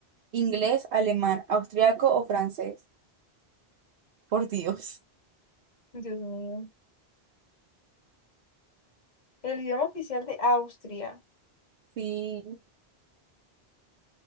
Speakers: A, on the right; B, on the left.
A: ¿Inglés, alemán, austriaco o francés? Por Dios.
B: Dios mío. El idioma oficial de Austria.
A: Sí,